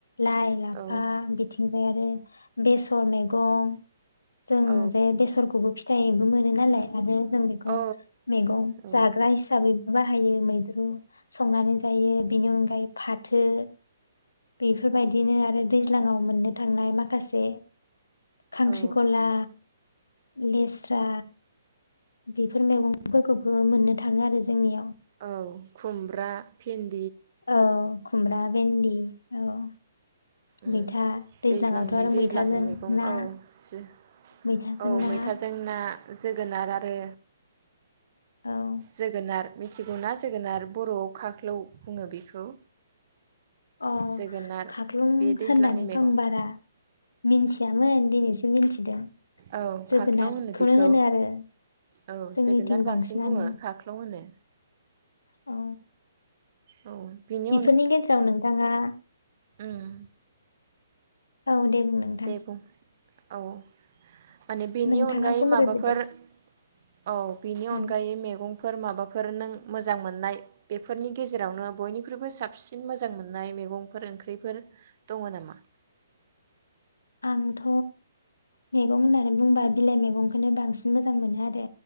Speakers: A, on the left; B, on the right.
A: लाइ लाफा
B: औ
A: बिथिंजाय आरो बे थ मैगं जों
B: औ
A: जे बेसरखौबो फि थायबो मोनो नालाय आरो जों बेखौ
B: औ
A: मैगं
B: औ
A: जाग्रा हिसाबै बाहायो मैद्रु संनानै जायो बेनि अनगायैबो फाथो बेफोरबायदिनो आरो दैज्लांयाव मोननो थांनाय मा खासे खांख्रिकला
B: औ
A: लेस्रा बिफोर मेगंफोरखौबो मोननो था थाङो आरो जोंनियाव
B: औ खुमब्रा भिन
A: औ खुमरा भेन्दि। औ
B: उम
A: मैथा दैज्लाङावथ'
B: दैज्लांनि
A: आरो
B: दैज्लांनि
A: मैथाजों
B: मेगं
A: ना
B: औ जो
A: मैथाजों
B: औ
A: ना
B: मैथाजों ना। जोगोनार आरो
A: औ
B: जोगोनार मिथिगौना जोगोनार बर'आव खाख्लौ बुङो बेखौ।
A: अ
B: जोगोनार
A: खाख्लुं
B: बे दैज्लांनि
A: होननानै
B: मैगं
A: फं बारा मिथियामोन दिनैसो मिथिदों
B: औ
A: जोगोनारखौनो
B: खाख्लौ होनो बेखौ
A: होनो आरो जोंनिथिं
B: औ जोगोनार बांसिन
A: बांसिनानो।
B: बुङो खाख्लौ होनो
A: औ
B: औ बेनि
A: बिफोरनि गेजेराव नोंथाङा
B: उम
A: औ दे बुं नोंथां
B: दे बुं। औ माने बेनि
A: नोंथाङा
B: अनगायै
A: बुंग्रोदो
B: माबाफोर
A: दे
B: औ बिनि अनगायै
A: ओं
B: मेगं फोर माबाफोर नों मोजां मोननाय बेफोरनि गेजेरावनो बयनिख्रुइबो साबसिन मोजां मोन्नाय मेगंफोर ओंख्रिफोर दङ नामा?
A: आंथ' मेगं होननानै बुंबा बिलाइ मैगंखोनो बांसिन मोजां मोनो आरो।